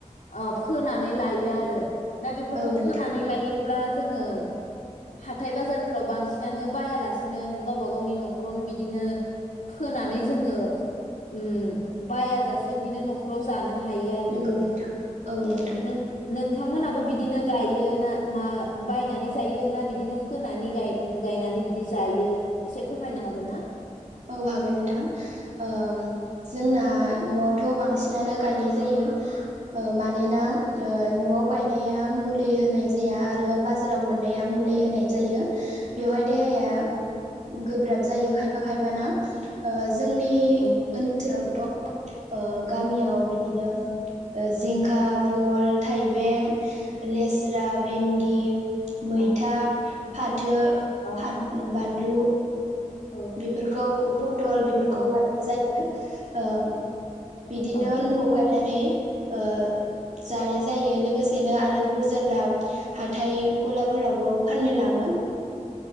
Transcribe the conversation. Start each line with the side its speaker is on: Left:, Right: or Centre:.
Left: ओ फोनानै लायो आरो । दा बेफोरखौ
Right: औ नोंथां
Left: फोनानै लायो ब्ला जोंङो हाथाय बाजारफोराव बांसिनानो बायालासे <unintelligible> गावबा गावनि न'खरावनो बिद बिदिनो फोनानै जोङो उम्म बायाजासे बिदिनो न'खराव जानो हायो आरो
Right: नंगौ
Left: बिदिनो
Right: नोंथां औ
Left: ओ
Right: नोंथां
Left: नों नोंथामोनाबो बिदि बिदिनो गायो ना मा बायनानै जायो ना बिदिनो फोनानै गाय गायनानै बिदि जायो एसे फोरमायनो हागोन ना?
Right: औ हागोन नोंथां ओ जोंना न'आवथ बांसिन बांसिनानो गायनाय जायो ओ मा मानोना
Left: औ
Right: ओ न'आव गायनाया मुलि होनाय जाया आरो बाजाराव मोननाया मुलि होनाय जायो। बेवहाय देहाया
Left: औ
Right: गोब्राब जायो खाय फा खायफाना ओ जोंनि
Left: औ
Right: ओनसोलाव <unintelligible> ओ गामियाव बिदिनो ओ जिंखा बल थाइबें लेस्रा भिन्दि मैथा
Left: औ
Right: फाथो
Left: औ
Right: फाद बान लु
Left: औ
Right: बेफोरखौ फटल बेफोरखौ
Left: औ
Right: गायनाय जायो। यो ओ बिदिनो
Left: औ
Right: न'आव गाय नानै ओ जानाय जायो लोगोसेनो आरो बुरजाब्ला हाथाय गलाफोरावबो फाननो लाङो।